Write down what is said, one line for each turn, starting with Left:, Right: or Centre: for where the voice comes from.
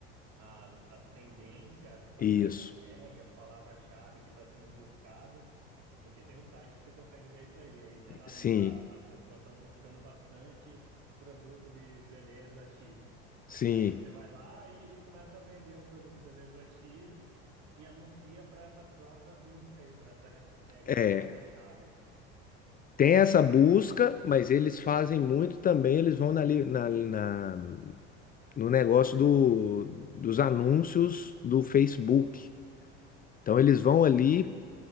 Right: as, as tendências, as
Left: Isso.
Right: hashtags, as palavras-chave que está sendo buscado, porque tem um site que você consegue ver isso aí. Aí você analisa,
Left: Sim,
Right: ah, as pessoas estão buscando bastante produto de beleza X.
Left: sim.
Right: Aí você vai lá e, e começa a vender o produto de beleza X e anuncia para essa própria busca aí, para essa hashtag,
Left: É.
Right: essa palavra-chave.
Left: Tem essa busca, mas eles fazem muito também, eles vão na, li- na, na- no negócio do, dos anúncios do Facebook. Então eles vão ali,
Right: Sim.